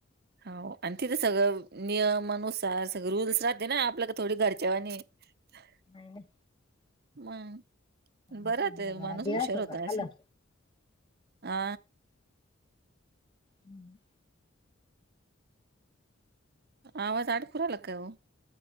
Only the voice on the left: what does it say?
नाय नाय.
नाही
या घरात
या
सगळं
आलं
हम्म.